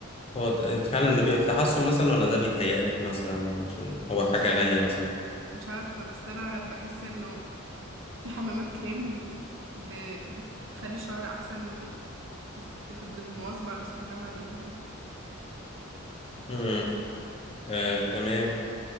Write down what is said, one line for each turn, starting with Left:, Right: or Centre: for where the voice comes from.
Left: هو ده- فعلا ده بيبقى في تحسن مثلا ولا ده بيتهيألك مثلا عشان هو
Right: مش
Left: حاجة
Right: عارف
Left: غالية مثلا؟
Right: مش عارفة بس انا بحس انه في حمامات كريم ب... بتخلي الشعر احسن بس- بالمواظبة على الاستخدام عليها يعني
Left: امم آه، تمام